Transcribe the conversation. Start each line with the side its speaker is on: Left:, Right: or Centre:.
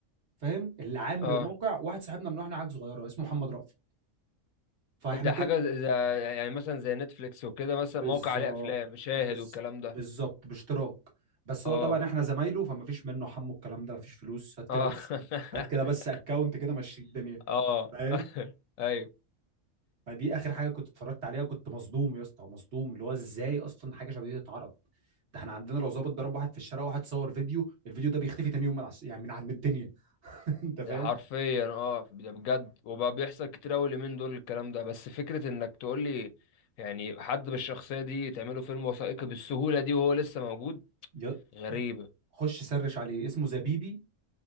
Right: فاهم اللي عامل
Left: اه
Right: الموقع واحد صاحبنا من واحنا عيال صغيره اسمه محمد رأفت فاحنا
Left: ده
Right: كده
Left: حاجه زي زي- يعني مثلا زي نتفليكس وكده مثلا
Right: بالظبط
Left: موقع عليه افلام شاهد
Right: بز...
Left: والكلام ده
Right: بالظبط باشتراك بس
Left: اه
Right: هو طبعا احنا زمايله فما فيش منه حمو الكلام ده ما فيش فلوس هات كده
Left: اه
Right: بس هات كده بس
Left: <laughs>
Right: اكونت كده مشي الدنيا
Left: اه
Right: فاهم
Left: <laughs> ايوه
Right: فدي اخر حاجه كنت اتفرجت عليها كنت مصدوم يا اسطى مصدوم اللي هو ازاي اصلا حاجه شبه دي تتعرض ده احنا عندنا لو ظابط ضرب واحد في الشارع واحد صور فيديو الفيديو ده بيختفي تاني يوم من عس... يعني من عن الدنيا <laughs> انت فاهم
Left: حرفيا اه ده بجد وبقى بيحصل كتير قوي اليومين دول الكلام ده بس فكرة انك تقول لي يعني حد بالشخصية دي تعمله فيلم وثائقي بالسهولة دي وهو لسه موجود
Right: يا-
Left: غريبة
Right: خش سرش عليه اسمه زبيبي